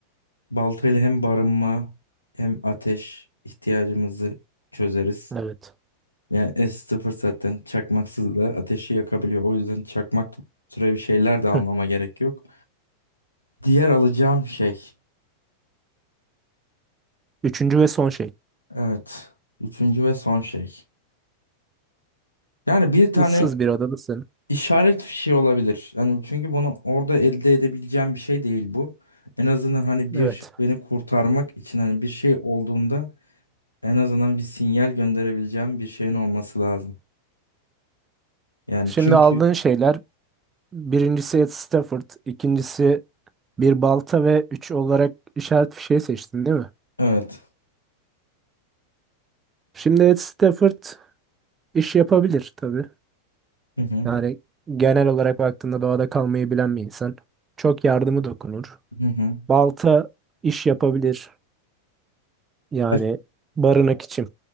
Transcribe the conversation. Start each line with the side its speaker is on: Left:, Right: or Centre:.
Left: Baltayla hem barınma hem ateş ihtiyacımızı çözeriz.
Right: Evet.
Left: Yani S0 zaten çakmaksız da ateşi yakabiliyor. O yüzden çakmak türevi şeyler de almama
Right: Hı.
Left: gerek yok. Diğer alacağım şey.
Right: Üçüncü ve son şey.
Left: Evet. Üçüncü ve son şey. Yani bir tane
Right: Issız bir odadasın.
Left: işaret fişi olabilir. Yani çünkü bunu orada elde edebileceğim bir şey değil bu. En azından hani bir
Right: Evet.
Left: beni kurtarmak için hani bir şey olduğunda en azından bir sinyal gönderebileceğim bir şeyin olması lazım. Yani
Right: Şimdi
Left: çünkü
Right: aldığın şeyler birincisi Ed Stafford, ikincisi bir balta ve üç olarak işaret fişeği seçtin değil mi?
Left: evet.
Right: Şimdi Ed Stafford iş yapabilir tabii.
Left: Hı hı.
Right: Yani genel olarak baktığında doğada kalmayı bilen bir insan. Çok yardımı dokunur.
Left: Hı hı.
Right: Balta iş yapabilir. Yani
Left: Ay,
Right: barınak için